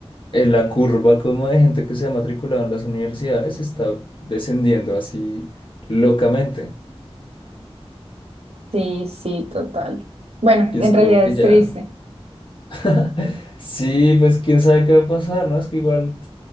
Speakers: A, on the left (about 55°); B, on the right (about 80°).
A: eh, la curva como de gente que se ha matriculado en las universidades está descendiendo así locamente.
B: Sí, sí, total. Bueno,
A: Y es
B: en
A: como
B: realidad
A: que
B: es
A: ya...
B: triste.
A: <laughs> Sí, pues quién sabe qué va a pasar, ¿no? Es que igual